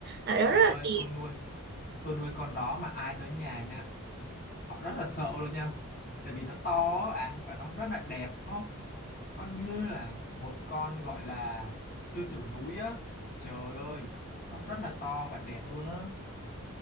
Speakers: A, on the right; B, on the left.
A: Loại đó
B: Trời
A: rất là
B: ơi,
A: đẹp.
B: tôi nuôi, tôi nuôi con đó mà ai tới nhà nha, họ rất là sợ luôn nha. Tại vì nó to á bạn và nó rất là đẹp, nó nó như là một con gọi là sư tử núi á trời ơi nó rất là to và đẹp luôn á